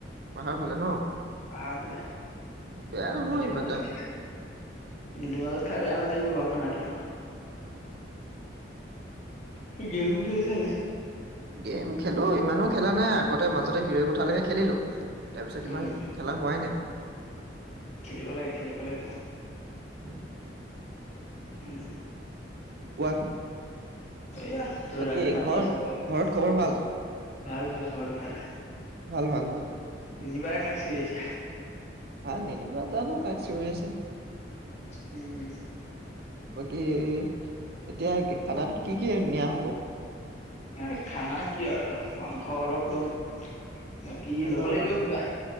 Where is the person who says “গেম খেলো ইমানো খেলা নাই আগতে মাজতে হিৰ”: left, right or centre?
Right